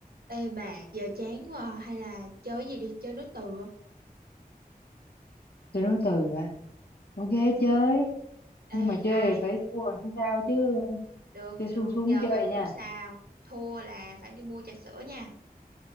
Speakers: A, on the right (about 75°); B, on the left (about 80°).
A: Ê bà, giờ chán quá à. Hay là chơi cái gì đi, chơi nối từ không?
B: chơi nối từ à ok chơi nhưng
A: Ê,
B: mà chơi
A: ai?
B: thì phải thua làm sao chứ
A: Được,
B: chơi xuống
A: được,
B: xuống
A: giờ
B: chơi
A: bà muốn
B: nha
A: sao? Thua là phải đi mua trà sữa nha.